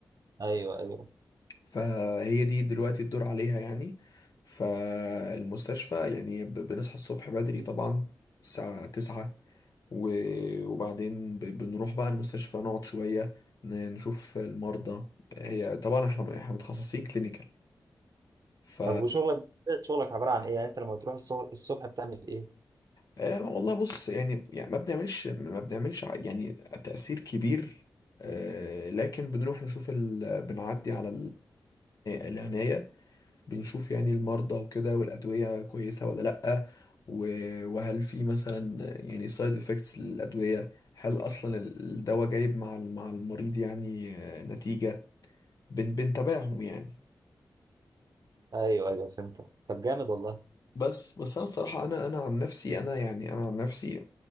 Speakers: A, on the right; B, on the left.
A: ايوه ايوه
B: فهي دي دلوقتي الدور عليها يعني فالمستشفى يعني ب- بنصحى الصبح بدري طبعا الساعة تسعة و- وبعدين ب- بنروح بقى المستشفى نقعد شوية ن- نشوف المرضى هي طبعا احنا احنا متخصصين كلينيكال ف
A: طب وشغلك طبيعة شغلك عبارة عن ايه يعني انت لما بتروح الصبح, الصبح بتعمل ايه
B: آه، والله بص يعني يعني ما بنعملش ما بنعملش ع- يعني تأثير كبير آه، لكن بنروح نشوف ال... بنعدي على العناية بنشوف يعني المرضى وكده والأدوية كويسة ولا لأ و- وهل في مثلا يعني سايد افكتس للأدوية هل أصلا الدواء جايب مع ال- مع المريض يعني آه، نتيجة بن بنتابعهم يعني
A: ايوه ايوه فهمتك طب جامد والله
B: بس بس انا الصراحه انا انا عن نفسي انا يعني انا عن نفسي